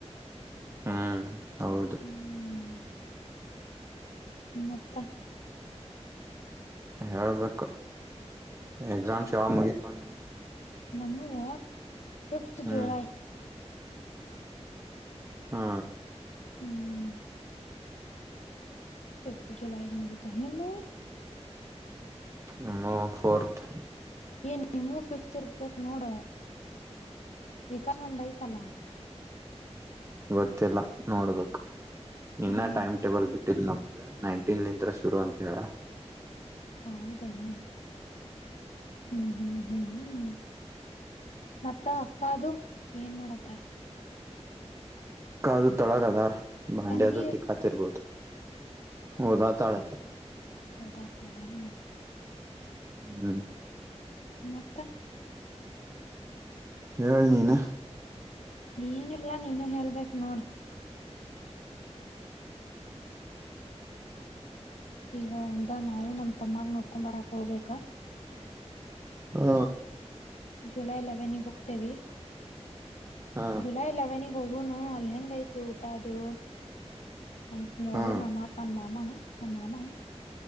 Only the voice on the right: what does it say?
ಹಾ ಹೌದು
ಹೇಳಬೇಕು ಎಕ್ಸಾಮ್ ಶಾವ ಮುಗತ ನಿಮ್ಮ
ಹ್ಮ್
ಹಾ
ನಮ್ಮ ಫೋರ್ತ್
ಗೊತ್ತಿಲ್ಲ ನೋಡ್ಬೇಕು ಇನ್ನ
ಟೈಮ್ ಟೇಬಲ್ ಬಿಟ್ಟಿಲ್ ನಮ್ದಗೆ ನೈನ್ಟೀನ್ತ್ರ ಶುರು ಅಂತ ಹೇಳ
ಕದು ತೊಳಗ ಅದಾರ್ ಭಾಂಡ್ಯದು
ತಿಕ್ಕಾತಿರ್ಬೋದು ಹೋದಾ ತಾಳ <inaudible>
ಹ್ಮ್ಮ
ಹಳ್ ನೀನ
ಹ್ಮ
ಹಾ
ಹಾ